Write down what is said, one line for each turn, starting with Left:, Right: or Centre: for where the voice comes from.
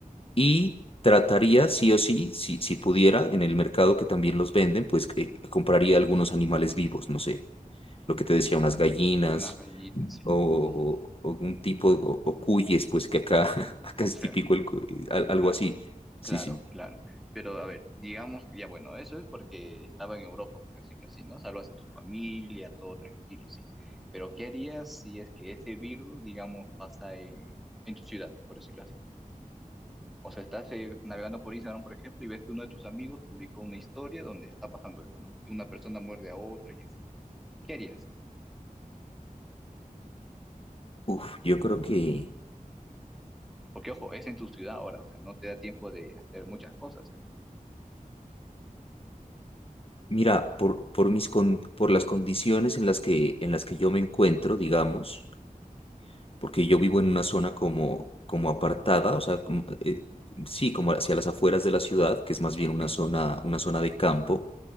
Left: Y trataría, sí o sí, si, si pudiera, en el mercado que también los venden, pues que compraría algunos animales vivos, no sé, lo que te decía, unas gallinas
Centre: Una gallina, sí.
Left: o, o- o algún tipo, o, o cuyes, pues que acá, <laughs> acá
Centre: O
Left: es
Centre: sea,
Left: típico el cu- eh, al- algo
Centre: claro,
Left: así. Sí,
Centre: claro,
Left: sí.
Centre: claro. Pero a ver, digamos, ya bueno, eso es porque estaba en Europa, por decirlo así, ¿no? Salvas a tu familia, todo tranquilo, sí. Pero ¿qué harías si es que ese virus, digamos, pasa en, en tu ciudad, por decirlo así? O sea, estás eh, navegando por Instagram, por ejemplo, y ves que uno de tus amigos publicó una historia donde está pasando eso, ¿no? Que una persona muerde a otra y así. ¿Qué harías?
Left: Uf, yo creo que,
Centre: Porque, ojo, es en tu ciudad ahora, o sea, no te da tiempo de hacer muchas cosas, ¿eh?
Left: mira, por, por mis con- por las condiciones en las que, en las que yo me encuentro, digamos. porque yo vivo en una zona como, como apartada, o sea, como, eh, sí, como hacia las afueras de la ciudad, que es más bien
Centre: Ujú.
Left: una zona, una zona de campo.